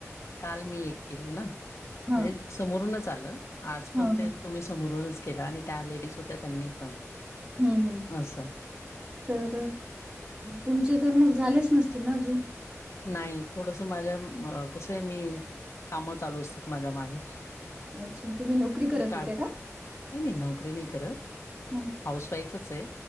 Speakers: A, on the left; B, on the right.
A: काल मी एक केलं ना,
B: हा
A: म्हणजे समोरूनच आलं. आज
B: हा
A: पण
B: हा
A: ते तुम्ही समोरूनच केला आणि त्या लेडीज होत्या त्यांनी पण.
B: हम्म हम्
A: असं
B: तर, तुमचे तर मग झालेच नसतील ना अजून??
A: नाही. थोडस माझ्या कसं आहे मी, काम चालू असतात माझ्या मागे.
B: अच्छा, तुम्ही नोकरी करत
A: काढते
B: होत्या का?
A: नाही नाही नोकरी नाही करत.
B: ह
A: हाऊस वाईफच आहे